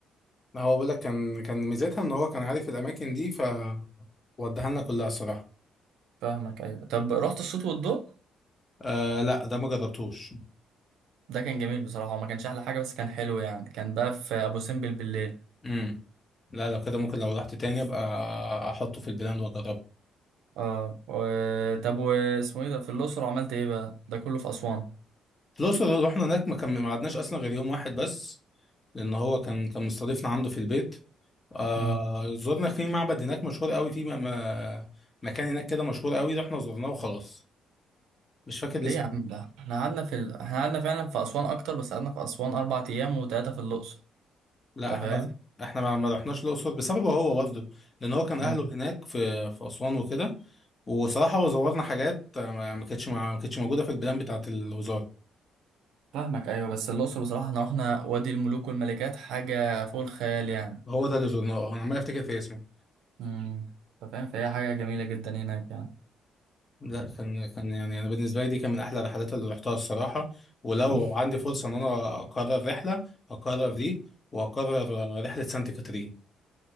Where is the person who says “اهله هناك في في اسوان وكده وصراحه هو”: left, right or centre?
Left